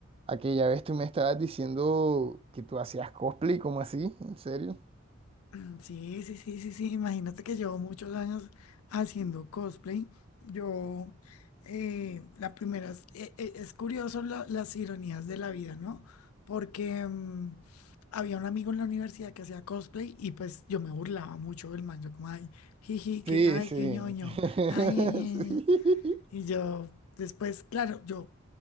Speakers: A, on the right; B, on the left.
A: Aquella vez tú me estabas diciendo que tú hacías cosplay, ¿cómo así? ¿En serio?
B: <clears throat> Sí, sí, sí, sí, sí. Imagínate que llevo muchos años haciendo cosplay. Yo, eh, la primera, es, e- e- es curioso la- las ironías de la vida, ¿no? Porque mm, había un amigo en la universidad que hacía cosplay y pues yo me burlaba mucho del man. Yo como, ay, jiji, que,
A: Sí,
B: ay,
A: sí.
B: qué ñoño,
A: <laughs>
B: ay, ay, ay".
A: Sí.
B: ay". Y yo, después, claro, yo